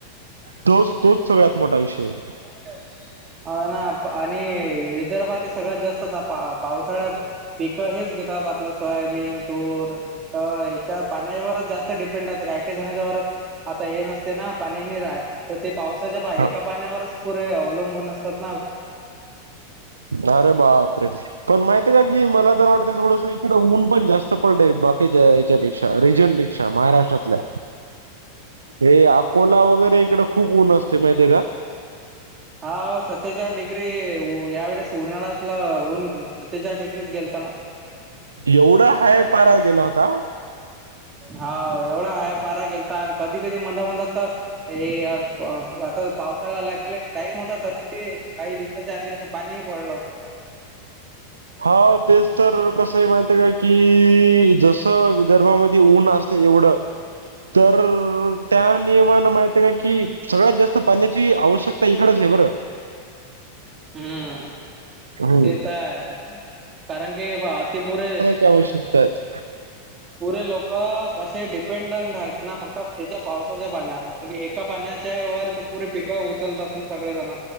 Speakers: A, on the right; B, on the right.
A: तोच - तोच सगळ्यात मोठा विषय
B: आता कुठाय, हा ना, पाणी विदर्भात हे सगळ्यात जास्त तपा आप पावसाळ्यात पिकं हेच घेतात, आपलाच सोयाबीन तूर होय याच्या पाण्यावर जास्त डिपे राहतंय काही काही जणांच्या घरात. आता हे नसतं ना, पाणी नाय राहतं, तर ते पावसाच्या पहा एका
A: हा
B: पाण्यावरच पुरे अवलंबून असतात ना.
A: अरे बाप रे! पण माहितीये का की, मला तर वाटतंय थोडसं इकडं ऊन पण जास्त पडलंय बा. त्याच्या याच्यापेक्षा रीजन पेक्षा महाराष्ट्रातल्या. हे अकोला वगैरे इकडं, खूप ऊन असतं माहितीये का?
B: हाव सत्तेचाळीस डिग्री यावेळेस उन्हाळ्यातला उंच सत्तेचाळीस डिग्रीज गेलताना.
A: एवढा हाय पारा गेला होता?
B: हा एवढा हाय पारा गेलता, आणि कधी कधी म्हणता म्हणता तर हे आज बघ आता पावसाळा आला की लगेच टाईम होता तरीबी त्यात <unintelligible> पाणीही पडलं होतं.
A: हा तेच तर कसं ये माहिती ये काकी जसं विदर्भामध्ये ऊन असतं एवढं.
B: छप <unintelligible>
A: तर. त्या नियमाने माहिती आहे काय की, सगळ्यात जास्त पाण्याची आवश्यकता इकडचं आहे बर का,
B: हुम
A: हम्म
B: ते तर आहे. कारण की पहा आती पोरे.
A: त्या मुळे शिकता येत.
B: पुरे लोकं कशाए डिपेंडंट आहेत ना, फक्त त्याच्या पावसाच्या पाण्यावर, कारण की एका पाण्यात त्यावर ती पुरी पिकं उचलतात मग सगळेजणं,